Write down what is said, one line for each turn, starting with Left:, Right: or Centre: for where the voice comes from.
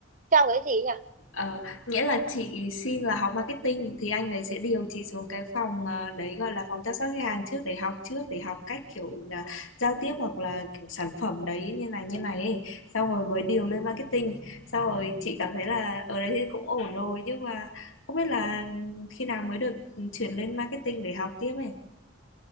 Right: theo cái gì nhỉ
Left: Ờ, nghĩa là chị xin là học marketing thì anh đấy sẽ điều chị xuống cái phòng ờ, đấy gọi là phòng chăm sóc khách hàng trước để học trước để học cách kiểu là giao tiếp hoặc là kiểu sản phẩm đấy như này như này ấy xong rồi mới điều lên marketing xong rồi chị cảm thấy là ở đấy thì cũng ổn rồi nhưng mà không biết là khi nào mới được ừ, chuyển lên marketing để học tiếp ấy